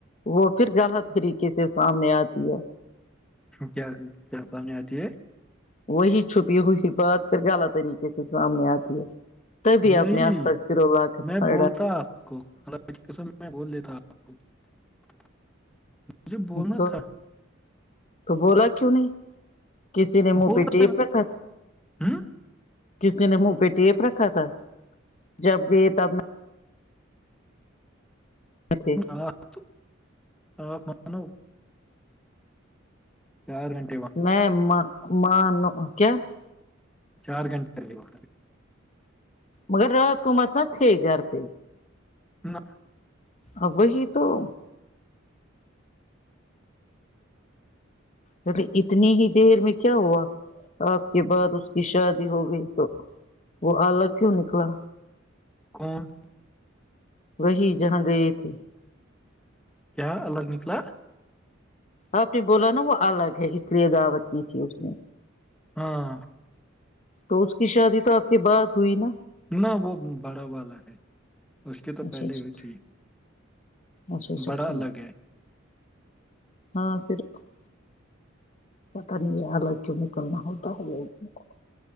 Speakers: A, on the left (about 35°); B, in the centre.
A: وہ پھر غلط طریقے سے سامنے آتی ہے
B: کیا کیا سنے آتی ہے <unintelligible>
A: وہی چھپ یہ ہوئی بات پھر غلط طریقے سے سامنے آتی ہے تب
B: نہیں
A: اپنے آس تک پھر لا کے
B: میں
A: پا
B: بولتا آپ کو اللہ کی قسم میں بول لیتا آپ کو مجھے بولنا
A: تو
B: تھا
A: تو بولا کیوں نہیں کسی نے منہ
B: بولتا
A: پہ ٹیپ رکھا تھا
B: ہوں
A: کسی نے منہ پہ ٹیپ رکھا تھا جب گئی تب میں تھے
B: آ تو آپ مانو <unintelligible> چار گنٹے <unintelligible>
A: میں م مان کیا <unintelligible>
B: چار گھنٹے نہیںے وہ
A: مگر رات قمت نہ تھے گھر پہ
B: نہ <unintelligible>
A: ا وہی تو <inaudible> ارے اتنی ہی دیر میں کیا ہوا آپ کے بعد اس کی شادی ہو گئی تو وہ الگ کیوں نکلا
B: ہاں <unintelligible>
A: وہی جہاں گئے تھے
B: کیا اللہ نکھلا
A: آپ نے بولا نا وہ الگ ہے اس لیے دعوت کی تھی اس نے
B: ہاں <inaudible>
A: تو اس کی شادی تو آپ کے بعد ہوئی نا
B: نہ وہ بڑا والا ہے اس کی تو
A: اچھا
B: پہلے
A: اچھا
B: ہوئی تھی <unintelligible>
A: اچھا اچھا
B: بڑا
A: ٹھ
B: الگ
A: ہے ہاں پھر <unintelligible> پتا نہیں ہے حالگ کیوں نکلنا ہوتا ہے لوگوں کو